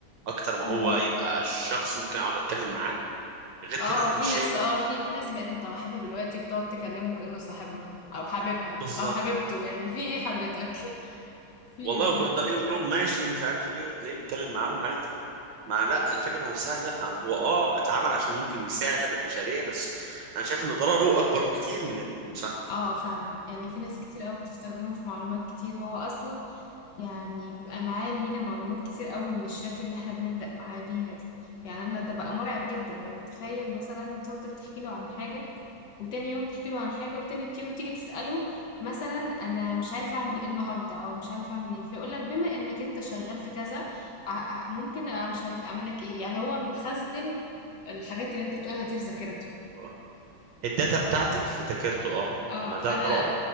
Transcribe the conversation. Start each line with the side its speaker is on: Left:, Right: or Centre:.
Right: اكتر ما
Left: مم.
Right: هو يبقى شخص ممكن اقعد اتكلم معاه غير
Left: اه
Right: كده انا
Left: في
Right: مش
Left: ناس
Right: شايف
Left: اه
Right: انه
Left: في في ناس بقت متوحده دلوقتي بتقعد تكلمه كانه صاحبها او حبيبها
Right: بالظبط
Left: او حبيبته يعني في ايه حضرتك <laughs> في ايه
Right: والله
Left: بجد
Right: وبيرد عليه يقول لهم ماشي ومش عارف ايه وتلاقيه بيتكلم معاهم عادي مع لا الفكرة نفسها لا هو اه اتعمل عشان يمكن يساعد البشرية بس انا شايف ان ضرره اكبر بكتير من المساعدة
Left: آه فعلًا، يعني في ناس كتير أوي بتستخدمه في معلومات كتير، هو أصلًا يعني بيبقى معاه لينا معلومات كتير أوي من الchat اللي إحنا بنبدأ معاه بيها دي، يعني أنا ده بقى مرعب جدًا، يعني تخيل مثلًا تفضل تحكي له عن حاجة، وتاني يوم تحكي له عن حاجة، وتالت يوم تيجي تسأله مثلًا أنا مش عارف أعمل إيه النهارده، أو مش عارف أعمل إيه، فيقول لك بما إنك أنت شغال في كذا ع ع ممكن أ- مش عارف أعمل لك إيه، يعني هو مخزن الحاجات اللي أنت بتقولها دي في ذاكرته.
Right: آه. الداتا بتاعتك افتكرته اه
Left: اه
Right: ما
Left: فانا
Right: ده رعب